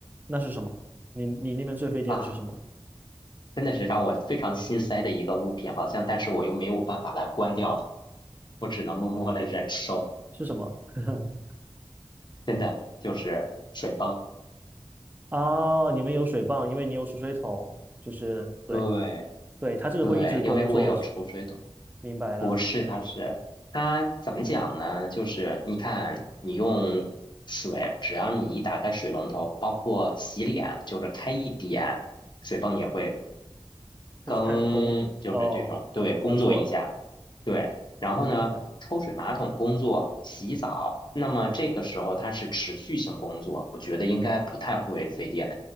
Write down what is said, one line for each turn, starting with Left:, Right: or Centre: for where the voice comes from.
Right: 那是什么？你你那边最费电的是什么？
Left: 啊，真的是让我非常心塞的一个物品，好像但是我又没有办法来关掉它，我只能默默的忍受，
Right: 是什么？<laughs>
Left: 真的就是水泵。
Right: 啊，你们有水泵，因为你有储水桶，就是对
Left: 对
Right: 对，它这个会一直工作，
Left: 对，因为我有储水桶。
Right: 明白了，
Left: 不是，它是它怎么讲呢？就是你看，你用水，只要你一打开水龙头，包括洗脸，就是开一点，水泵也会
Right: 就是开始工哦，
Left: 更就是这种，对，
Right: 就工作了，
Left: 工作一下，对，然后呢，
Right: 明白。
Left: 抽水马桶工作、洗澡，那么这个时候它是持续性工作，我觉得应该不太会费电。